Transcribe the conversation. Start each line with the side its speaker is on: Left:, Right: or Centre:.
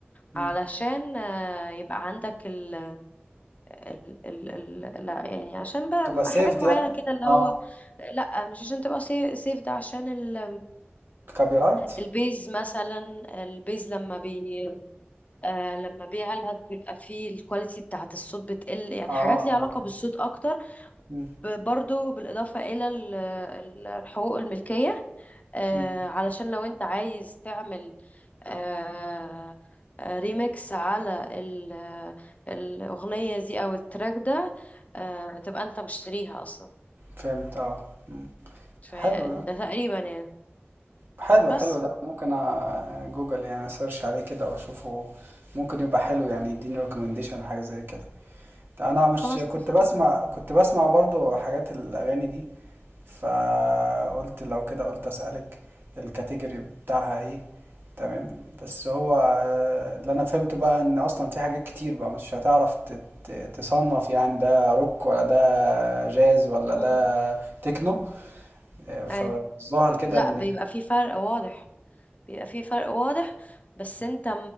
Right: امم
Left: علشان آه، يبقى عندك ال... ال... ال... ال... لا يعني عشان بقى
Right: تبقى سيفد
Left: حاجات معينة
Right: يعني
Left: كده اللي
Right: اه
Left: هو لا مش عشان تبقى سيف سيف ده عشان ال...
Right: كوبي رايت
Left: البيز مثلا البيز لما بي آه لما بيعلى بيبقى فيه الكواليتي بتاعة الصوت بتقل يعني
Right: اه
Left: حاجات ليها علاقة
Right: اه
Left: بالصوت أكتر
Right: امم
Left: ب- برضو بالإضافة إلى ال- ال- الحقوق الملكية آه
Right: امم
Left: علشان لو أنت عايز تعمل آه آه، ريميكس على ال- الأغنية دي أو التراك ده آه تبقى أنت مشتريها أصلا
Right: فهمت اه
Left: فده
Right: حلو ده
Left: تقريبا يعني
Right: حلو
Left: بس
Right: حلو ده ممكن أ- جوجل يعني سيرش عليه كده واشوفه ممكن يبقى حلو يعني يديني ريكومنديشن حاجه زي كده ده انا مش
Left: خلاص
Right: كنت
Left: اتفقنا
Right: بسمع كنت بسمع برضو حاجات الاغاني دي فقلت لو كده قلت اسالك الكاتيجوري بتاعها ايه تمام بس هو آه، اللي انا فهمته بقى ان اصلا في حاجات كتير بقى مش هتعرف ت- ت- تصنف يعني ده روك ولا ده جاز ولا ده
Left: مم.
Right: تكنو آه، فالظاهر
Left: أيوة
Right: كده
Left: لا
Right: ان
Left: بيبقى فيه فرق واضح بيبقى فيه فرق واضح بس انت